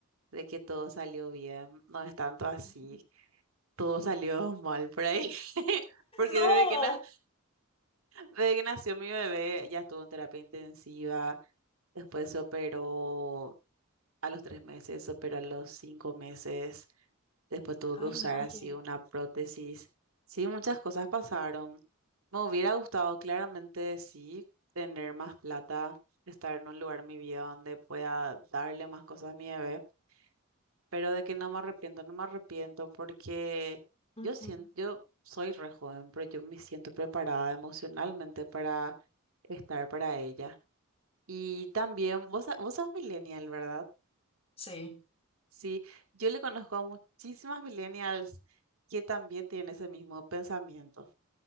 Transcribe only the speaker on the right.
de que todo salió bien, no es tanto así,
todo salió mal por ahí, <laughs> porque
desde que, na- desde que nació mi bebé ya estuvo en terapia intensiva, después se operó a los tres meses, se operó a los cinco meses, después tuvo
que usar
así una prótesis, sí, muchas cosas pasaron, me hubiera gustado claramente sí tener más plata, estar en un lugar en mi vida donde pueda darle más cosas a mi bebé pero de que no me arrepiento, no me arrepiento porque
yo siento, yo soy re joven, pero yo me siento preparada emocionalmente para estar para ella. Y también, vos, so- vos sos millennial, ¿verdad?
Sí, yo le conozco a muchísimas millennials que también tienen ese mismo pensamiento,